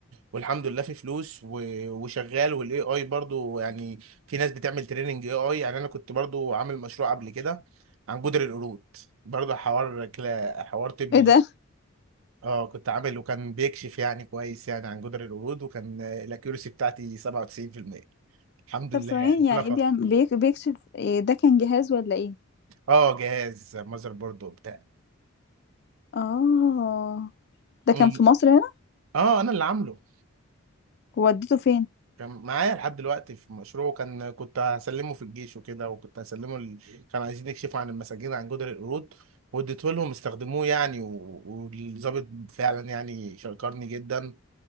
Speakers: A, on the right; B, on the left.
A: والحمد لله في فلوس و... وشغال والاي اي برضو يعني في ناس بتعمل تريننج اي اي يعني انا كنت برضو عامل مشروع قبل كده عن جدر القرود برضو حوار كلا... حوار طبي
B: ايه ده
A: اه كنت عامل وكان بيكشف يعني كويس يعني عن جدر القرود وكان الاكيورسي بتاعتي 97% الحمد
B: طب
A: لله
B: ثواني
A: يعني بلا
B: يعني
A: فخر
B: ايه بيعمل بيك- بيكشف إيه ده كان جهاز ولا ايه
A: اه جهاز ماذر بورد وبتاع
B: اه ده كان
A: مم.
B: في مصر هنا
A: اه انا اللي عامله
B: وديته فين
A: كان معايا لحد دلوقتي في مشروعه كان كنت هسلمه في الجيش وكده وكنت هسلمه ال... كانوا عايزين يكشفوا عن المساجين عن جدر القرود واديته لهم استخدموه يعني و- والضابط فعلا يعني شكرني جدا